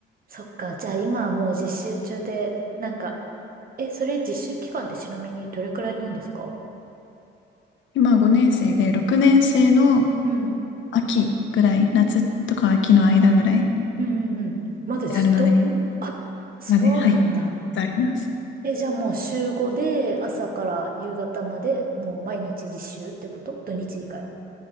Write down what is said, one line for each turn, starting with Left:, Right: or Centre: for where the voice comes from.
Right: そっか。じゃあ今はもう実習中で、なんか、え、それ実習期間ってちなみにどれくらいなんですか
Left: 今5年生で、6年生の
Right: うん。
Left: 秋ぐらい、夏とか秋の間ぐらい
Right: うんうんうん。まだずっとあ、
Left: であるので、
Right: そうなんだ。
Left: まで、はい。あります。
Right: え、じゃあもう週5で朝から夕方までもう毎日実習ってこと土日以外。